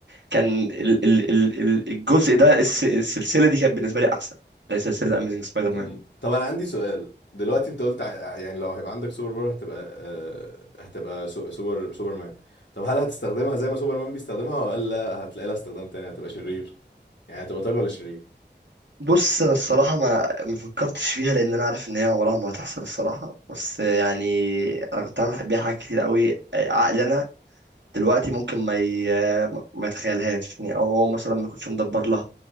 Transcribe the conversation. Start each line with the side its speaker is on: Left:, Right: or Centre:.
Right: كان ال ال ال ال- الجزء ده الس السلسله دي كانت بالنسبه لي احسن ده سلسله اميزنج سبايدر
Left: مم.
Right: مان
Left: طب انا عندي سؤال دلوقتي انت قلت ع- يعني لو هيبقى عندك سوبر باور هتبقى آه، هتبقى سو- سوبر سوبرمان طب هل هتستخدمها زي ما سوبرمان بيستخدمها ولا هتلاقي لها استخدام تاني هتبقى شرير يعني هتبقى طيب ولا شرير
Right: بص انا الصراحه ما ما فكرتش فيها لان انا عارف ان هي عمرها ما هتحصل الصراحه بس يعني انا كنت عامل بيها حاجات كتير قوي عقلي انا دلوقتي ممكن ما ي... ما يتخيلهاش يعني او هو مثلا ما يكونش مدبر لها